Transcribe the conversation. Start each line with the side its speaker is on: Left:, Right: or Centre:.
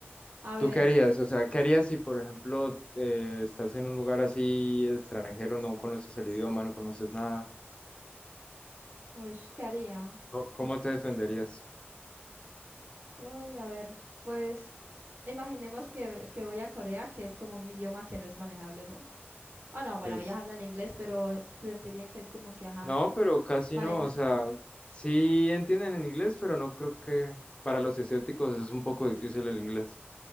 Right: A
Left: ¿Tú
Right: ver,
Left: qué harías? O sea, ¿qué harías si, por ejemplo, eh, estás en un lugar así extranjero, no conoces el idioma, no conoces nada?
Right: uy, ¿qué haría?
Left: Co- ¿Cómo te defenderías?
Right: Uy, a ver, pues imaginemos que, que voy a Corea, que es como un idioma que no es manejable, ¿no? Ah, no, bueno,
Left: Es,
Right: ellas hablan inglés, pero sentiría que es como que, ajá.
Left: no, pero casi
Right: Vale,
Left: no.
Right: ajá.
Left: O sea, sí entienden el inglés, pero no creo que para los asiáticos es un poco difícil el inglés.